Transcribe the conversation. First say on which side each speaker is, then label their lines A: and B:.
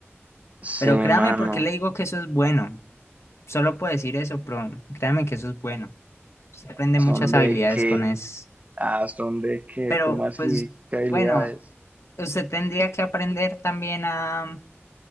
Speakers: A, on the right; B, on the left.
A: Sí,
B: Pero
A: mano,
B: créame, porque le digo que eso es bueno. Solo puedo decir eso, pero créame que eso es bueno. Usted aprende
A: son
B: muchas
A: de
B: habilidades
A: qué
B: con eso.
A: ah, son de qué
B: Pero,
A: ¿cómo así?
B: pues,
A: ¿Qué habilidades?
B: bueno, usted tendría que aprender también a, a